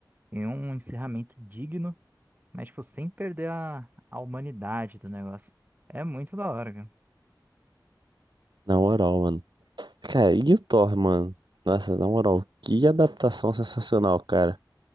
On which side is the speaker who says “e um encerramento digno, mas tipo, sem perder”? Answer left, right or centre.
Right